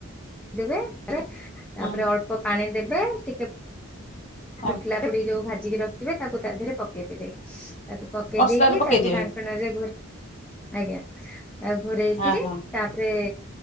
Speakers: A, in the centre; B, on the left.
A: ଦେବେ ତାପରେ
B: ହୁଁ
A: ଅଳ୍ପ ପାଣି ଦେବେ ଟିକେ ଫୁଟିଲା
B: ଆଜ୍ଞା।
A: ପୁଡି ଯୋଉ ଭାଜିକି ରଖିବେ ତାକୁ ତା ଦେହରେ ପକେଇଦେବେ ତାକୁ ପକେଇ
B: ମସଲାରେ
A: ଦେଇକି
B: ପକେଇଦେବେ
A: ତାକୁ ଢାଙ୍କଣରେ ଆଜ୍ଞା ତା ଘରୋଇକିରି
B: ହଁ ହଁ
A: ତାପରେ